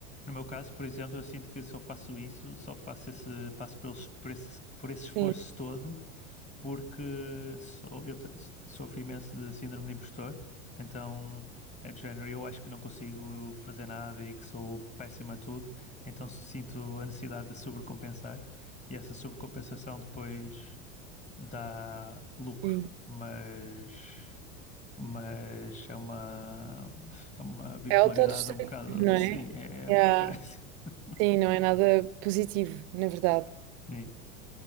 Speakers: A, on the left (about 20°); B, on the right (about 55°).
A: No meu caso, por exemplo, eu sinto que se eu faço isso, só faço esse passo por, por esse, por esse esforço
B: Sim,
A: todo, porque sou, eu te- sofro imenso de síndrome de impostor, então é de género, eu acho que não consigo fazer nada e que sou péssimo a tudo, então sinto a necessidade de sobrecompensar, e essa sobrecompensação depois. dá lucro,
B: sim.
A: mas, mas é uma, é uma bipolaridade
B: É autodestrutivo,
A: um bocado
B: não
A: assim,
B: é?
A: é, é é
B: Yeah.
A: péssimo. <laughs>
B: Sim, não é nada positivo, na verdade.
A: Sim,